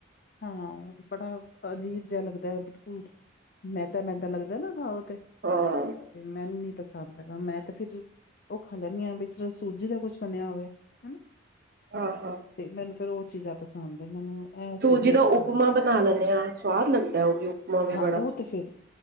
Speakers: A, on the left (about 50°); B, on the right (about 50°).
A: ਹਾਂ ਬੜਾ ਅਜੀਬ ਜਿਹਾ ਲੱਗਦਾ ਹੈ ਬਿਲਕੁਲ ਮੈਦਾ-ਮੈਦਾ ਲੱਗਦਾ ਨਾ ਖਾਓ। ਤੇ
B: ਹਾਂ
A: ਮੈਨੂੰ ਨੀ ਪਸੰਦ। ਕਮ ਸੇ ਕਮ ਮੈਂ ਤੇ ਫਿਰ ਉਹ ਖਾ ਲੈਂਨੀ ਆਂ, ਬਈ ਸੂਜੀ ਦਾ ਕੁਛ ਬਣਿਆ ਹੋਵੇ। ਹੈਨਾ
B: ਹਾਂ ਹਾਂ
A: ਤੇ ਮੈਨੂੰ ਫੇਰ ਉਹ ਚੀਜ਼ਾਂ ਪਸੰਦ ਹੈ, ਮੈਨੂੰ ਇਹ ਚੀਜ਼
B: ਜੀਦੋਂ
A: ਨਹੀਂ ਪਸੰਦ।
B: ਉਪਮਾ ਬਣਾ ਲੈਂਨੇ ਆਂ, ਸਵਾਦ ਲੱਗਦਾ ਉਹ ਵੀ ਉਪਮਾ ਵੀ
A: ਹਾਂ
B: ਬੜਾ।
A: ਉਹ ਤੇ ਫਿਰ